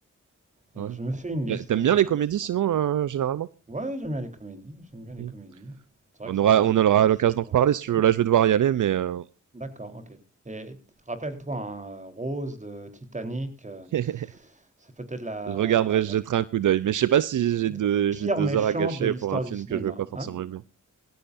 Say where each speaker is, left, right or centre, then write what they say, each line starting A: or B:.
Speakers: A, on the right (about 70°); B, on the right (about 25°).
A: vois.
B: euh, euh, je
A: Ouais.
B: me fais une liste
A: T'a- T'aimes
B: en ce
A: bien
B: moment.
A: les comédies, sinon,
B: Ouais,
A: euh, généralement?
B: Ouais, j'aime bien les comédies. J'aime bien les
A: Mm.
B: comédies. C'est vrai
A: On
B: que ça,
A: aura, on
B: ça
A: aura
B: fait, ça
A: l'occasion
B: change
A: d'en reparler,
B: un peu l'esprit.
A: si tu veux. Là, je vais devoir y aller, mais, euh,
B: D'accord, ok. Et t- rappelle-toi, hein, euh, Rose de Titanic, euh,
A: <laughs>
B: c'est peut-être la,
A: je regarderai, je
B: la,
A: jetterai un coup d'œil. Mais je sais pas si j'ai
B: la
A: deux,
B: pire
A: j'ai deux
B: méchante
A: heures à gâcher
B: de l'histoire
A: pour un film
B: du cinéma,
A: que je vais pas forcément
B: hein?
A: aimer.